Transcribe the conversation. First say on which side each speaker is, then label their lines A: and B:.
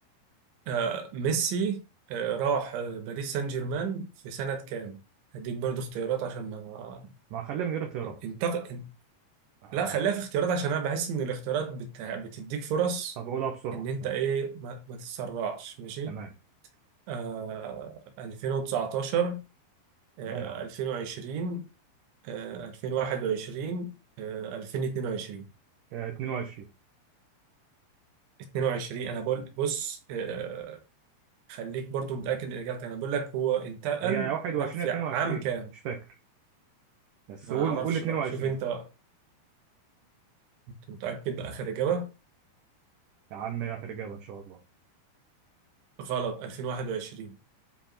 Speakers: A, on the right; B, on the right.
A: آه، ميسي آه، راح آه، باريس سان جيرمان في سنة كام؟ هديك برضو اختيارات عشان ما
B: ما خليها من غير اختيارات
A: انتقل
B: آه.
A: لا خليها في اختيارات عشان انا بحس ان الاختيارات بت... بتديك فرص
B: طب أقولها بسرعة
A: ان انت
B: ماشي
A: ايه ما, ما تتسرعش ماشي
B: تمام
A: آه 2019 آه
B: لا يا عم
A: 2020 آه 2021 آه 2022
B: آه 22
A: 22 انا بقول بص آه خليك برضو متأكد من اجابتك انا بقول لك هو انتقل
B: هي 21
A: راح في
B: يا 22
A: عام كام
B: مش فاكر بس
A: ما
B: قول
A: اعرفش
B: قول 22
A: بقى شوف انت بقى أنت متأكد بآخر اجابة
B: يا عم آخر إجابة إن شاء الله
A: غلط 2021